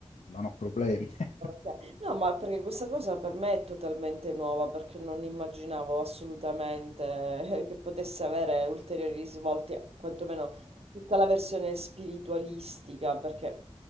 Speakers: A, on the left; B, on the right.
A: non ho problemi. <laughs>
B: Ok. No, ma perché questa cosa per me è totalmente nuova, perché non immaginavo assolutamente <laughs> che potesse avere ulteriori risvolti, quantomeno tutta la versione spiritualistica, perché,